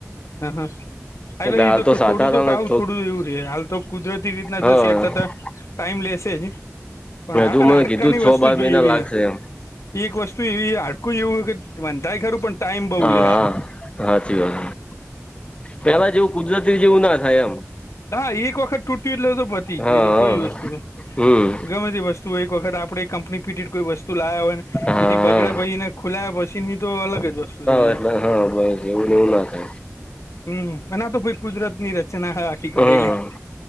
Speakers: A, on the left; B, on the left.
A: હ હ હલે
B: એટલે
A: એ
B: હાલ
A: તો
B: સાધારણ
A: થોડું તો પાઉ
B: જ
A: થોડું એવું રે હાલ તો કુદરતી રીતના
B: હા
A: શેટ થતા ટાઈમ લેશે જ પણ હા
B: હજુ મને
A: હાડકા
B: કીધું
A: ની
B: છ
A: વસ્તુ
B: બાર
A: જ ભઈ
B: મહિના
A: એવી
B: લાગશે
A: હ
B: એમ
A: ઈ એક વસ્તુ એવી હાડકું એવું કે વંધાય ખરું પણ ટાઈમ બઉ
B: હા
A: લે હારુ
B: હા હાચી વાત પેલા જેવું કુદરતી જેવું ના થાય એમ.
A: હા એક વખત તૂટીયું એટલે તો પતી જ ગ્યું
B: હા
A: ઈ તો
B: હા
A: કોઈ વસ્તુ હ
B: હમ
A: ગમે તે વસ્તુ એક વખત આપડે કંપની ફીટેડ કોઈ વસ્તુ લાયા હોય ને
B: હા
A: એથી બગડે
B: હા
A: પહિ એને ખુલાયા પછી ની તો અલગ જ વસ્તુ રઇ
B: અ હહ ભાઈ એવું ન એવું ના થાય.
A: હમ્મ અન આતો કોઈ કુદરતની રચના હ આ ઈ ઘડેલી
B: હા